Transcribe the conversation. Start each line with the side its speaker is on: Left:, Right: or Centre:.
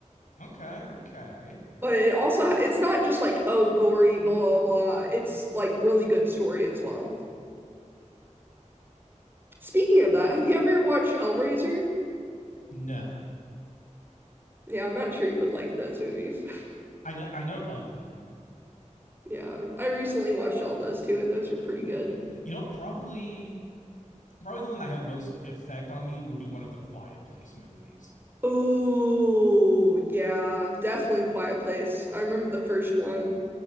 Left: okay, okay.
Right: But it also it's not just like oh gory blah blah blah. It's like really good story as well. Speaking of that, have you ever watched Hellraiser?
Left: No.
Right: Yeah, I'm not sure you would like those movies. <laughs>
Left: I know I know of them.
Right: Yeah, I recently watched all those too, and those are pretty good.
Left: You know what? Probably probably the one that had most effect on me would be one of the Quiet Place movies.
Right: Oh, yeah, definitely Quiet Place. I remember the first one.